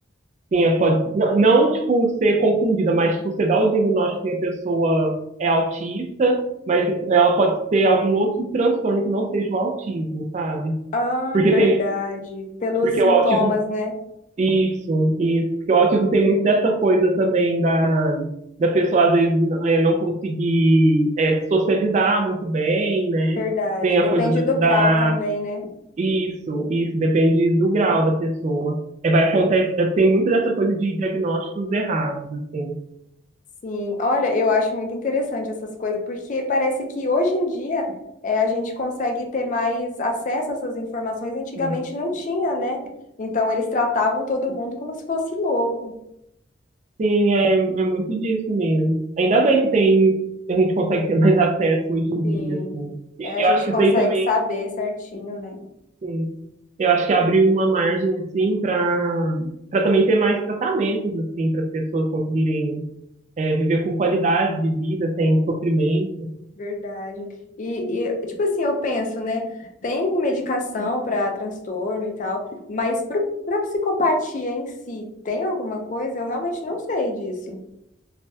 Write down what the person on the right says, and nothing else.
Sim, é, pode, não, não, tipo, ser confundida, mas, tipo, você dá o diagnóstico que a pessoa é autista, mas ela pode ter algum outro transtorno que não seja o autismo, sabe?
Porque
tem,
porque
o autismo
Isso, isso. Porque o autismo tem muito dessa coisa também da, da pessoa, às vezes, é, não conseguir é, se socializar muito bem, né?
Tem
a coisa da,
da-
Isso, isso. Depende do grau da pessoa. É, vai acontecer, tem muito dessa coisa de diagnósticos errados, assim.
Sim,
Sim, é, é muito disso mesmo. Ainda bem que tem, a gente consegue ter mais acesso hoje em dia,
assim. E
eu acho que
isso aí também
Sim. Eu acho que abriu uma margem assim para para também ter mais tratamentos assim para as pessoas conseguirem é, viver com qualidade de vida sem sofrimento.